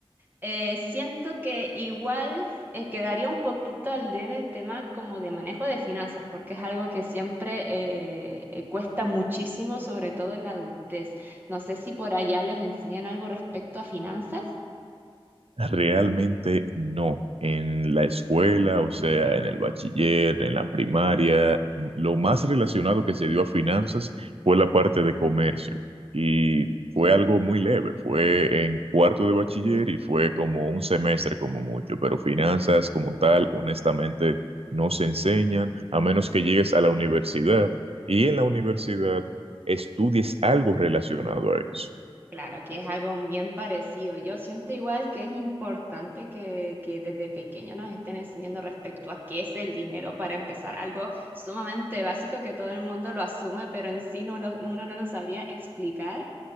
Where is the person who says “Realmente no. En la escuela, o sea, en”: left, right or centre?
Right